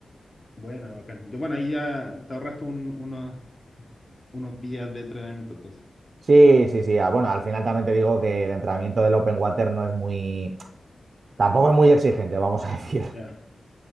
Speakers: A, on the left; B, on the right.
A: Buena, bacán. Yo, bueno, ahí ya te ahorraste un- unos, unos días de entrenamiento entonces.
B: Sí, sí, sí. ah, bueno, al final también te digo que el entrenamiento del Open Water no es muy, tampoco es muy exigente, vamos a <laughs> decir.
A: Ya.